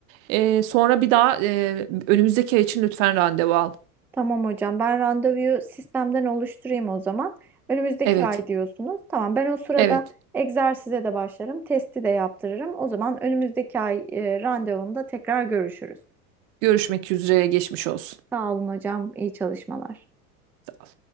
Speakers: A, on the right; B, in the centre.
A: E, sonra bir daha e, önümüzdeki ay için lütfen randevu al.
B: Tamam hocam. Ben randevuyu sistemden oluşturayım o zaman. Önümüzdeki
A: Evet,
B: ay diyorsunuz. Tamam. Ben o sırada
A: evet.
B: egzersize de başlarım. Testi de yaptırırım. O zaman önümüzdeki ay e, randevumda tekrar görüşürüz.
A: Görüşmek üzere, geçmiş olsun.
B: Sağ olun hocam. İyi çalışmalar.
A: Sağ ol.